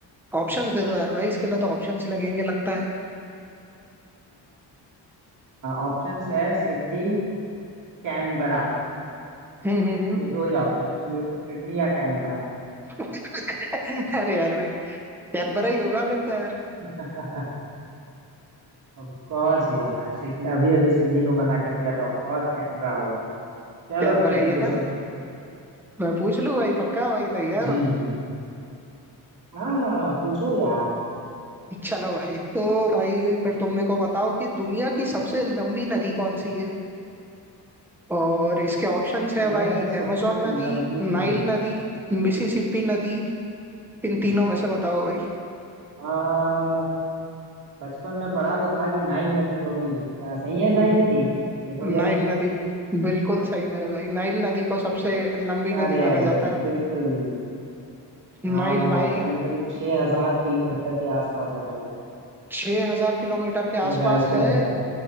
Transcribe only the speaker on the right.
ऑप्शंस है सिडनी कैनबरा
ये दो ही ऑप्शन है चलिए सिडनी या कैनबरा
<laughs> ऑफ कोर्स यार सिडनी अभी अभी सिडनी को मना कर दिया तो ऑफ कोर्स कैनबरा होगा चलो
फिर
तुम पूछो
जी
हाँ पूछो यार
दुनिया
का सबसे
लंबी
नदी
आ, बचपन में पढ़ा तो था कि नाइल नदी होगी क्या सही है नाइल
नदी देखो
जरा
अरे
अरे
अरे
बिल्कुल
हाँ
करीब करीब छह हजार किलोमीटर के आसपास है भाई साहब
छह साढ़े छह
हजार